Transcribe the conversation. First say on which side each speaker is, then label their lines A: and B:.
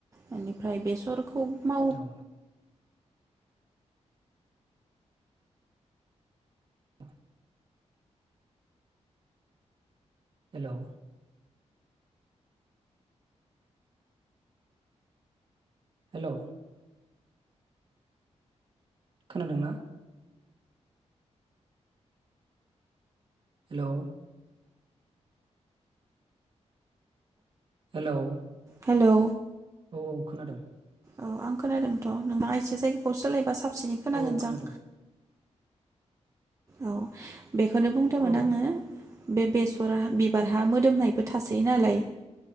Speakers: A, on the right (about 25°); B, on the right (about 45°).
A: बेनिफ्राय बेसर। खौव मावोब्ला।
B: औ औ <inaudible> हेलौ। हेलौ। खोनादों ना? हेलौ। हेलौ।
A: हेलौ।
B: औ औ खोनादों।
A: औ आं खोनादोंथ नोंथाङा एसे जायगाखौ सोलायबा साफ सिनि खोनांगोन
B: औ खोनादों
A: जां औ। बेखौनो बुंदोंमोन
B: औ
A: आङो बे बेसर बिबारहा मोदोमनायबो थासै नालाय